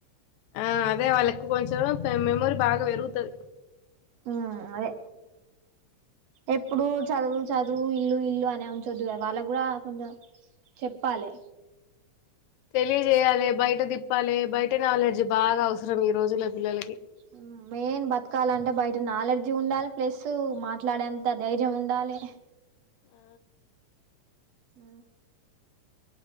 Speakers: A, on the left; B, on the right.
A: ఆ అదే వాళ్ళకు కొంచెం మెమోరీ బాగా పెరుగుతది
B: ఆ అదే ఎప్పుడు చదువు చదువు ఇల్లు ఇల్లు అనే ఉంచొద్దు కద వాళ్ళకి కూడా కొంచెం చెప్పాలే
A: తెలియజేయాలి బయట తిప్పాలి బయట నాలెడ్జీ బాగా అవసరం ఈ రోజుల పిల్లలకి
B: ఆ మెయిన్ బతకాల అంటే బయట నాలెర్జీ ఉండాలి ప్లస్ మాట్లాడేంత ధైర్యం ఉండాలి
A: ఆ
B: అ